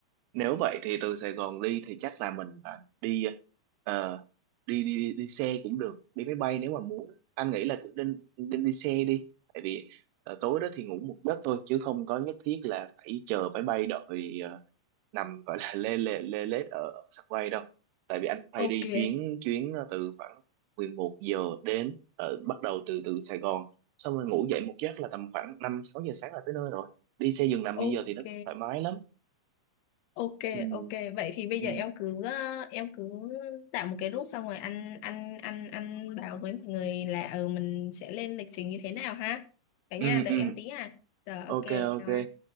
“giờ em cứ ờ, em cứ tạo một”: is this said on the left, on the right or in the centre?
Left